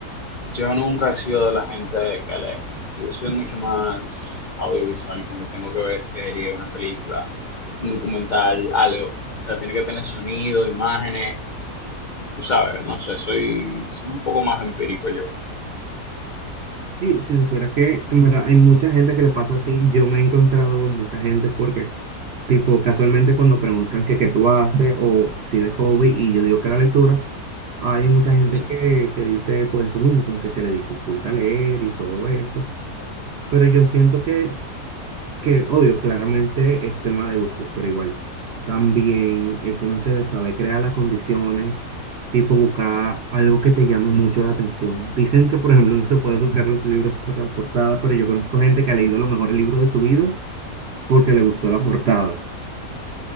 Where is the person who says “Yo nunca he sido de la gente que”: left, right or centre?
Left